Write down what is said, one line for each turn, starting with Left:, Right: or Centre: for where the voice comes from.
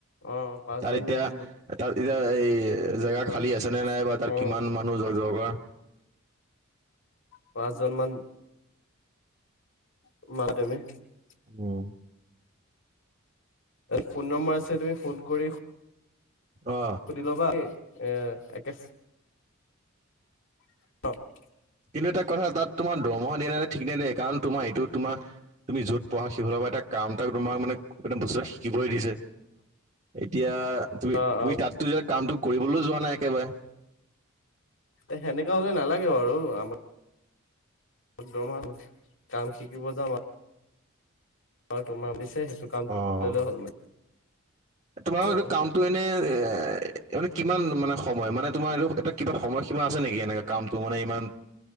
Left: অ', পাঁচজন
Right: তাত এতিয়া
Left: আহিম
Right: তাত এতিয়া এই
Left: বুলি
Right: জেগা
Left: ক'বা
Right: খালী আছেনে নাই বা তাত
Left: অ',
Right: কিমান মানুহ <unintelligible>
Left: পাঁচ জনমান <unintelligible>
Right: উম।
Left: ফোন নম্বৰ আছে তুমি ফোন কৰি
Right: অ
Left: সুধি ল'বা এ একে <inaudible>
Right: কিন্তু এটা কথা তাত তোমাৰ দৰমহা দিয়া নাই ঠিক নে দিয়ে কাৰণ তোমাৰ এইটো তোমাৰ তুমি য'ত পঢ়া সেইফালৰ পৰা এটা কাম এটা তোমাৰ মানে বস্তু শিকিবলৈ দিছে। এতিয়া তুমি-তুমি
Left: অ অ
Right: তাতটো কামটো কৰিবলৈ যোৱা নাই একেবাৰে?
Left: এ সেনেকুৱা হ'লে নালাগে বাৰু আমাৰ একদমাল কাম শিকিব যাম আৰু। হয়, তোমাৰ দিছে সেইটো কামলে
Right: অ
Left: হ'ল মানে।
Right: তোমাৰ এইটো
Left: আৰু
Right: কামটো এনে এ মানে কিমান মানে সময় মানে তোমাৰ এইটো এয়া কিবা সময়সীমা আছে নেকি এনেকে কামটো মানে ইমান